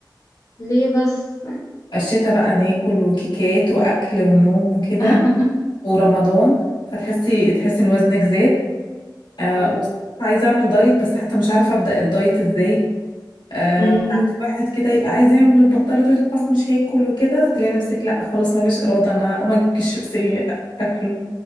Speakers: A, on the left; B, on the left.
A: ليه بس
B: الشتا بقى ناكل وكيكات واكل ونوم وكده
A: <laughs>
B: ورمضان فتحسي تحسي ان وزنك زاد آه
A: أو
B: وبصراحة عايزة اعمل دايت بس حتى مش عارفة ابدأ الدايت ازاي آه
A: أمم،
B: وساعات الواحد كده يبقى عايز يعمل البطاله تقول خلاص مش هاكل وكده تلاقي نفسك لا خلاص ما فيش اراده انا اقوم اجيب كيس شيبسي اكله